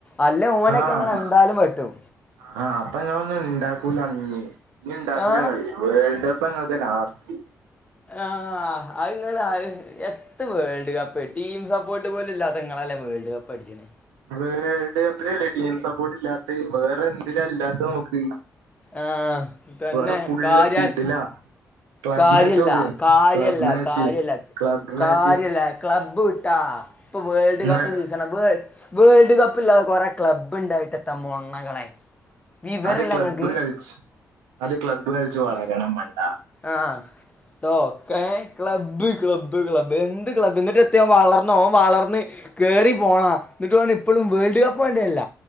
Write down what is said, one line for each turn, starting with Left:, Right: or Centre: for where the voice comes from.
Left: അല്ലെ ഓനൊക്കെ
Right: ആഹ്
Left: ഞങ്ങള് എന്തായാലും വെട്ടും.
Right: ആഹ് അപ്പൊ ഇങ്ങളൊന്നും ഇണ്ടാക്കൂല അന്ന് ഇഞ് ഇണ്ടാക്കൂലങ്ങള്
Left: ആ
Right: വേൾഡ് ക പ്പങ്ങൾതാ ലാസ്റ്റ്.
Left: ആ ഹ് അത്ങ്ങള് ആയി എ ത്ത് വേൾഡ് കപ്പ് ടീം സപ്പോർട്ട് പോലും ഇല്ലാത്തങ്ങളല്ലെ വേൾഡ് കപ്പ് അടിച്ച്ണ്
Right: വേൾഡ് കപ്പിലല്ലേ ടീം സപ്പോർട്ട് ഇല്ലാത്തെഹ് വേറെ എന്തിലാ ഇല്ലാത്തെ നോക്ക്.
Left: ആഹ് തന്നെ
Right: വേറെ ഫുള്ള്
Left: കാര്യാ
Right: കിടിലാ ക്ലബ്
Left: കാര്യല്ല
Right: മാച്ച് നോക്ക്
Left: കാര്യല്ല
Right: ക്ലബ് മാച്ച്
Left: കാര്യല്ല
Right: ക്ലബ്
Left: കാര്യല്ല
Right: മാച്ച്
Left: ക്ലബ്ബ് വിട്ടാ ഇപ്പൊ വേൾഡ്
Right: ഇങ്ങ്
Left: കപ്പ് സീസണാ വേ വേൾഡ് കപ്പ് ഇല്ലാതെ കൊറേ ക്ലബ്ബ് ഉണ്ടായിട്ടെത്തെ മൊണ്ണകളെ വിവരല്ല
Right: അദ്യം ക്ലബ്
Left: നിങ്ങക്ക്
Right: ല് കൾച്ച് ആദ്യം ക്ലബ്ബ് കൾച്ച് വളരണം മണ്ടാ
Left: ആഹ് ട്ടോ ക്കേ ക്ലബ് ക്ലബ് ക്ലബ് എന്ത് ക്ലബ് എന്നിട്ട് എത്ത് ഓൻ വളർന്നോ ഓൻ വളർന്ന് കേറി പോടാ ന്നിട്ട് ഓന് ഇപ്പളും വേൾഡ് കപ്പ് ഓന്റെ അല്ല.